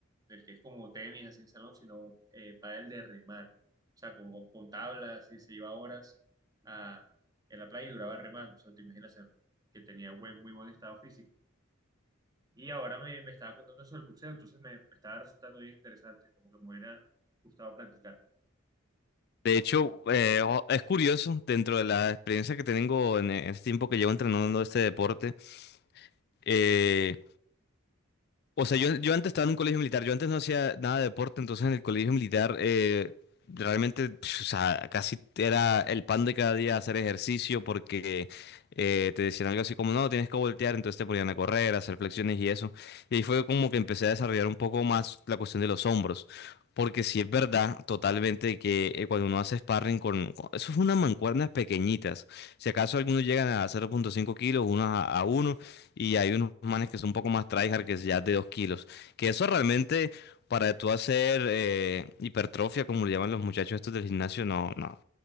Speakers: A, on the right; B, on the left.
A: del que es como tenis, así en salón, sino eh, pádel de remar. O sea, con, con, con tablas y se iba horas a, en la playa y duraba remando. O sea, te imaginas eh, que tenía buen, muy buen estado físico. Y ahora me, me estaba contando eso del boxeo, entonces me, me estaba resultando bien interesante, como que me hubiera gustado practicar.
B: De hecho, eh, o- es curioso, dentro de la experiencia que tengo en, en este tiempo que llevo entrenando este deporte, eh, O sea, yo, yo antes estaba en un colegio militar, yo antes no hacía nada de deporte, entonces en el colegio militar eh, realmente, pf, o sea, casi era el pan de cada día hacer ejercicio porque eh, te decían algo así como, no, tienes que voltear, entonces te ponían a correr, a hacer flexiones y eso. Y ahí fue como que empecé a desarrollar un poco más la cuestión de los hombros, porque sí es verdad totalmente que eh, cuando uno hace sparring con, con- eso es unas mancuernas pequeñitas, si acaso algunos llegan a 0.5 kilos, unos a, uno y hay unos manes que son un poco más tryhard que es ya es de 2 kilos. Que eso realmente para tú hacer eh, hipertrofia, como le llaman los muchachos estos del gimnasio, no, no,